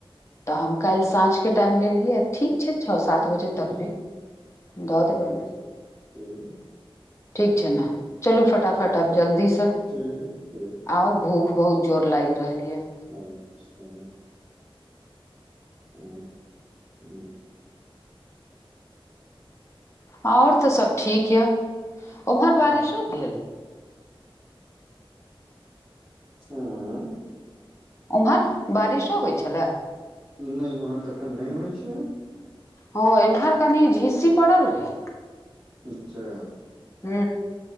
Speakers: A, on the left (about 30°); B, on the right (about 25°).
A: तऽ हम काल्हि साँझके टाइम लेलियै आ ठीक छै छओ सात बजे तक
B: हम्म,
A: भी दऽ देबनि
B: ठीक छैठीक
A: ठीक छै ने चलू फटाफट
B: ठीक,
A: आब जल्दी से
B: ठीक, ठीक,
A: आउ
B: ठीक,
A: भूख ख बहुत जोर लागि रहल यऽ
B: अच्छा आ हू
A: ओर तऽ सभ ठीक यए उम्हर बारिशो
B: हम्म,
A: भेल
B: हँ
A: ओम्हर बारिशो होइत छलए
B: नै ओम्हर तऽ एखन नहि होइ छै
A: ह एम्हर कनी झिसी पड़ल रहै
B: अच्छा
A: हू